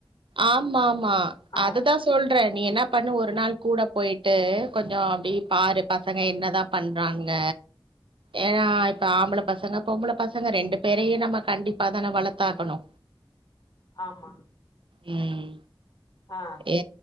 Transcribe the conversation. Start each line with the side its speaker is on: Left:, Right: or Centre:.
Right: ஆமாமா
Left: ஆ
Right: அதுதா சொல்றே நீ என்னா பண்ணு ஒரு நாள் கூட போய்ட்டு கொஞ்சோ அப்டி பாரு பசங்க என்னதா பண்றாங்க ஏனா இப்ப ஆம்பள பசங்க பொம்பள பசங்க ரெண்டு பேரயு நம்ம கண்டிப்பா தான வளத்தாகணு
Left: ஆமா
Right: ம்
Left: ஆ
Right: ஏ